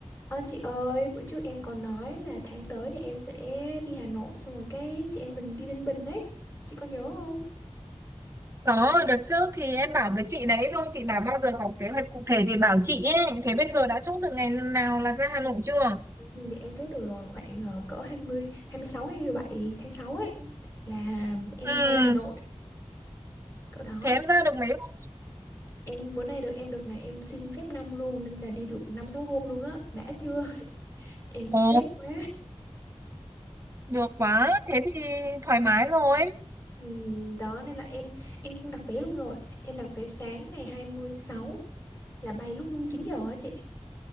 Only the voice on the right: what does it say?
Có, đợt trước thì em bảo với chị đấy rồi, chị bảo bao giờ có kế hoạch cụ thể thì bảo chị ấy. Thế bây giờ đã chốt được ngày nào là ra Hà Nội chưa?
Ừ,
thế em ra được mấy hôm?
Ồ,
được quá, thế thì thoải mái rồi.